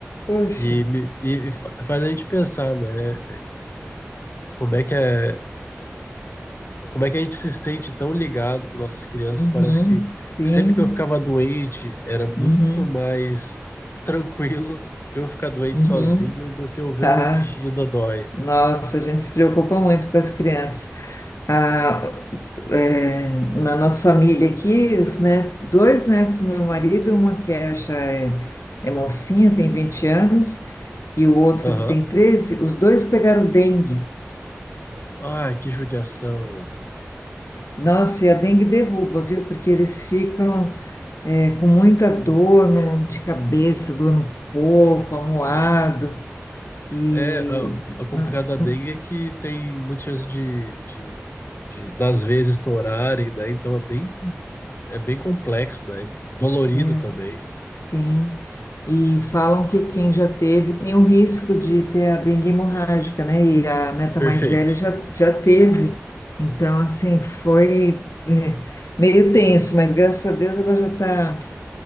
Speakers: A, on the left (about 85°); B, on the left (about 55°).
A: Poxa.
B: e, me- e, e fa- faz a gente pensar, né? Como é que é, como é que a gente se sente tão ligado com nossas crianças?
A: Uhum,
B: Parece que
A: sim.
B: sempre que eu ficava doente era muito
A: Uhum,
B: mais tranquilo eu ficar doente
A: uhum.
B: sozinho do que eu ver
A: Ah,
B: o meu bichinho dodói.
A: nossa, a gente se preocupa muito com as crianças. Ah, é, na nossa família aqui, os net, dois netos do meu marido, uma que é, já é, é mocinha, tem 20 anos, e o outro
B: Aham.
A: que tem 13, os dois pegaram dengue.
B: Ai, que judiação.
A: Nossa, e a dengue derruba, viu? Porque eles ficam é, com muita dor no- de cabeça, dor no corpo, amuado. E
B: É, a, a complicada
A: não,
B: da
A: não,
B: dengue é que tem muita chance de, de, de- das vezes estourarem, né? Então é bem, é bem complexo, né? Dolorido
A: é,
B: também.
A: Sim, e falam que quem já teve tem o risco de ter a dengue hemorrágica, né? E a neta
B: Perfeito.
A: mais velha já, já teve. Então, assim, foi é, meio tenso, mas graças a Deus ela já está